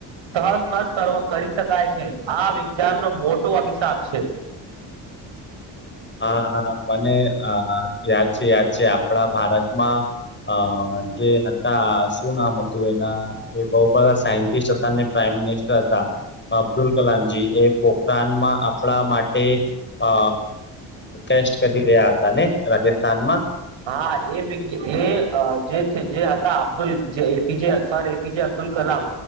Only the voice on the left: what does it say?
હા હા મને યાદ છે યાદ છે આપણા ભારતમાં અ જે હતા શું નામ હતું એના એ બહુ બધા સાયન્ટિસ્ટ હતા ને પ્રા મિનિસ્ટર હતા. અબ્દુલ કલામજી એ પોખરાણમાં આપણા માટે અ ટેસ્ટ કરી રહ્યા હતા ને રાજસ્થાન માં